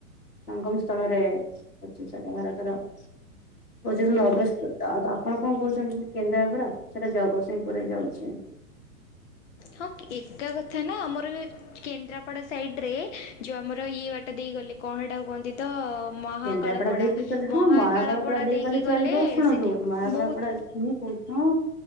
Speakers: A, on the left; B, on the left.
A: ସଂଙ୍ଗମ ସ୍ଥଳରେ ଅଛି ସେଟା ଭାରତର। ପଚିଶ
B: ହୁଁ।
A: ନବେସତା ଆ ଆଉ ଆପଣ କଣ କହୁଛନ୍ତି। କେନ୍ଦ୍ରା ଗୋଡା ଜଗତସିଂହପୁରରେ ଯାଉଚି।
B: ହଁ, ଏକା କଥା ନା ଆମର କେନ୍ଦ୍ରାପଡା ସାଇଟରେ ଯେଉଁ ଆମର ଇଏ ବାଟ ଦେଇ ଗଲେ କଣ ହେଟାକୁ କୁହନ୍ତି ତ। ମହାକାଳପଡ଼ା
A: କେନ୍ଦ୍ରାପଡା ଦେଇକି କଲେ ହଁ
B: ମହାକାଳପଡ଼ା
A: ମହାକାଳପଡା ଦେଇକି ଗଲେ ଚଳିବ। ଶୁଣନ୍ତୁ
B: ସେଠି ହେବ
A: ମହାକାଳପଡା
B: ବହୁତ
A: ହୁଁ କୋ ହଁ